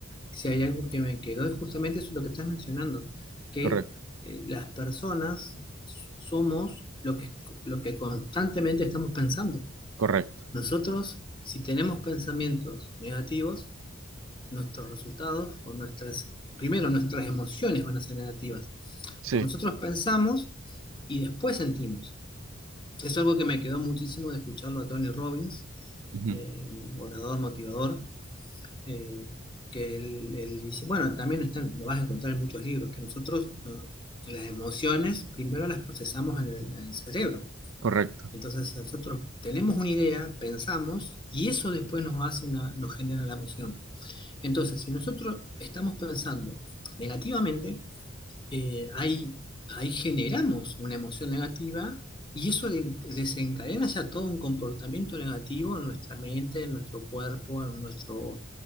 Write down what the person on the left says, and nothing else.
Si hay algo que me quedó es justamente eso lo que estás mencionando, que
eh, las personas somos lo que, lo que constantemente estamos pensando.
Nosotros, si tenemos pensamientos negativos, nuestros resultados o nuestras, primero nuestras emociones van a ser negativas,
porque nosotros pensamos y después sentimos. Es algo que me quedó muchísimo de escucharlo a Tony Robbins,
eh, un orador motivador, eh, que él, él dice, bueno, también están, lo vas a encontrar en muchos libros, que nosotros no, las emociones primero las procesamos en el, en el cerebro.
Entonces nosotros tenemos una idea, pensamos, y eso después nos hace una, nos genera la emoción. Entonces, si nosotros estamos pensando negativamente, eh, ahí, ahí generamos una emoción negativa y eso de- desencadena ya todo un comportamiento negativo en nuestra mente, en nuestro cuerpo, en nuestro,